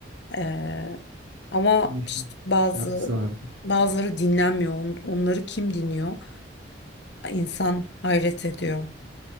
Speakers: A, on the left; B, on the right.
A: Ee, ama
B: Meşhur
A: işte bazı
B: bir şarkısı vardı.
A: bazıları dinlenmiyor. On- Onları kim dinliyor? İnsan hayret ediyor.